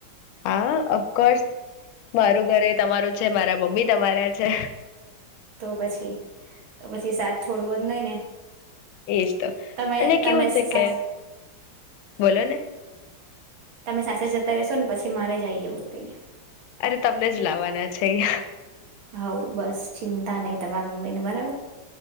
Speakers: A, on the left (about 85°); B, on the right (about 80°).
A: આ અફકોર્સ મારું ઘર એ તમારું છે મારા મમ્મી તમારા છે.
B: તો પછી તો પછી સાત છોડવો જ નઈ ને.
A: એજ તો
B: તમે
A: અને કેવું
B: તમે
A: છે
B: સાસ
A: કે બોલો ને.
B: તમે સાસે જતા રેશો ને પછી મારે જ આઈ જવું છ તઈ
A: અરે તમને જ લાવવાના છે અઈયાં.
B: હઉ બસ ચિંતા નઈ તમારા મમ્મી ને બરાબર!